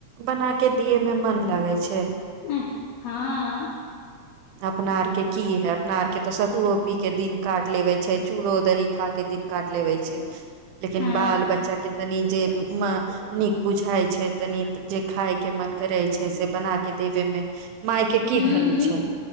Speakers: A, on the right (about 85°); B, on the left (about 80°).
A: बनाके दियए मे मन लगै छै
B: हँ
A: अपना आर के की है अपना आर के त सतुओ पी के दिन काट लेबे छै चूड़ो दही खा के दिन काट लेबै छै लेकिन
B: हँ
A: बाल बच्चा के तनि जे मऽ नीक बुझाइ छै तनीत जे खाइ के मन करै छै से बना के देबे मे माय के की
B: हूँ
A: धर्म छै